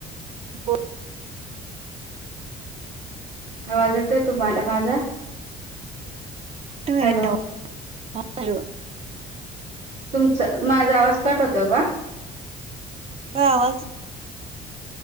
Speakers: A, on the right; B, on the right.
A: हो
B: आवाज येतोय तुम्हाला माझा
A: तुम्हाला
B: हॅलो
A: काय वाटतं.
B: तुमचा माझा आवाज कट होतो का
A: आवाज